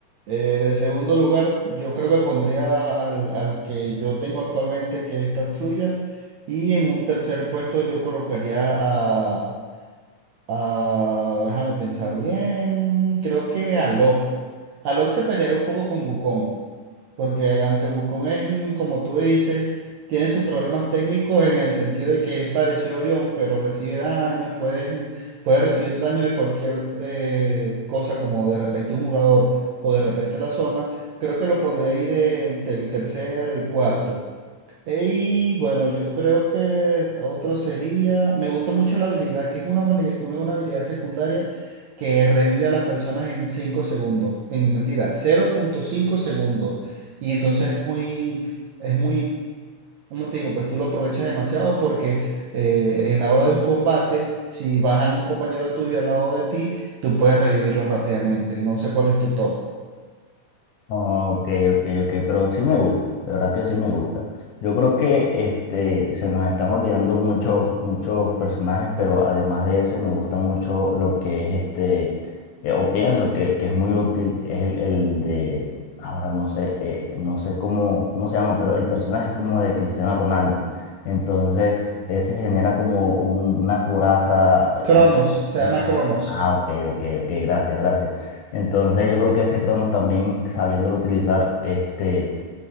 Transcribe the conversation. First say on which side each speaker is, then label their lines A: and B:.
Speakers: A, on the right (about 75°); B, on the left (about 65°).
A: Eh, de segundo lugar, yo creo que pondría al, al que yo tengo actualmente, que es Tatsuya. Y en un tercer puesto yo colocaría a, a- déjame pensar bien, creo que a Locke. A Locke se pelearía un poco con Wukong. Porque aunque Bucón es, mm, como tú dices, tiene sus problemas técnicos en el sentido de que es parecido a Orión, pero recibe daño, puedes, mm, puede recibir daño de cualquier eh, cosa, como de repente un jugador o de repente la zona, creo que lo pondría ahí de entre tercero y cuarto. Y bueno, yo creo que otro sería, me gusta mucho la habilidad, que es una, habili- una, una habilidad secundaria que revive a las personas en 5 segundos, en mentira, cero punto cinco segundos. Y entonces es muy, es muy, como te digo, pues tú lo aprovechas demasiado porque eh, en la hora de un combate, si bajan un compañero tuyo al lado de ti, tú puedes revivirlo rápidamente. No sé cuál es tu top.
B: Ah, ok, ok, ok, pero sí me gusta, de verdad que sí me gusta. Yo creo que este, se nos están olvidando mucho, muchos personajes, pero además de ese me gusta mucho lo que es este, eh, o pienso que, que es muy útil, es el, el de, ahora no sé, eh, no sé cómo, cómo se llama, pero el personaje es como de Cristiano Ronaldo. Entonces, ese genera como un- una coraza.
A: Cronos,
B: eh,
A: se llama
B: ah,
A: Cronos.
B: ah, ok, ok, ok, gracias, gracias. Entonces yo creo que ese Cronos también sabiéndolo utilizar este,